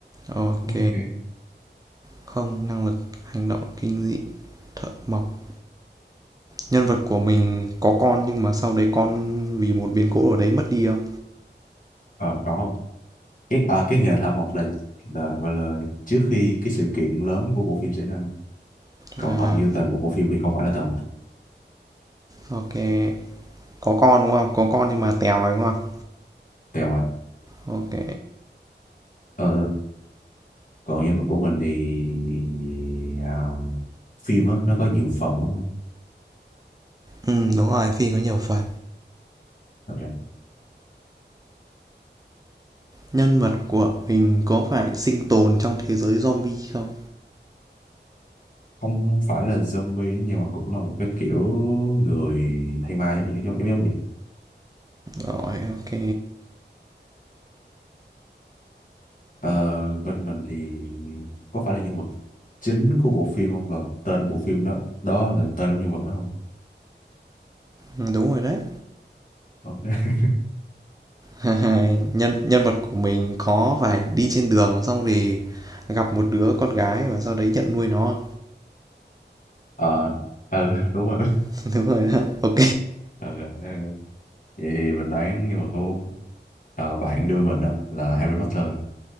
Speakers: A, on the right; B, on the left.
A: ok
B: ok
A: không năng lực hành động kinh dị thợ mộc nhân vật của mình có con nhưng mà sau đấy con vì một biến cố ở đấy mất đi không?
B: ờ có không? cái à, cái nghề thợ mộc là là gọi là trước khi cái sự kiện lớn của bộ phim xảy ra còn
A: À,
B: hầu như toàn bộ bộ phim thì không phải là thợ mộc
A: ok. Có con đúng không? Có con nhưng mà tèo rồi đúng không?
B: tèo à
A: Ok.
B: ờ, còn nhân vật của mình thì à, phim á nó có nhiều phần đúng không
A: Ừ, đúng rồi, phim có nhiều phần.
B: Ok.
A: Nhân vật của mình có phải sinh tồn trong thế giới zombie không?
B: không phải là zombie nhưng mà cũng là một cái kiểu người thay ma giống như giống giống giống vậy
A: Rồi, ok.
B: ờ, bên mình thì có phải là nhân vật chính của bộ phim không và tên bộ phim đó đó là tên của nhân vật đó không
A: Ừ, đúng rồi đấy.
B: ok
A: <laughs> nhân nhân vật của mình có phải đi trên đường xong thì gặp một đứa con gái và sau đấy nhận nuôi nó
B: Ờ, ừ, <laughs> đúng rồi.
A: <laughs> đúng rồi đó ok
B: Ờ, ờ, ờ. Vậy thì mình đoán nhưng mà cô ờ, bạn đưa mình á là Harry Potter.